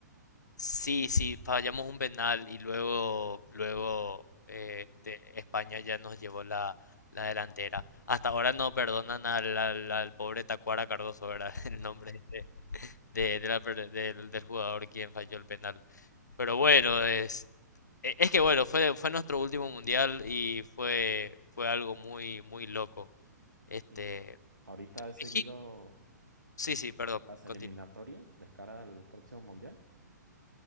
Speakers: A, on the left; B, on the right.
A: Sí, sí, fallamos un penal y luego, luego eh,
B: Es-
A: este, España ya nos llevó la, la delantera. Hasta ahora no perdonan al, al, al pobre Tacuara Cardoso, ¿verdad? <laughs> El nombre de, de la per- del, del jugador quien falló el penal. Pero bueno, es, e- es que bueno, fue, fue nuestro último mundial y fue, fue algo muy, muy loco. Este,
B: Y ahorita he seguido
A: México, sí, sí, perdón,
B: las
A: continúo.
B: eliminatorias de cara al próximo mundial.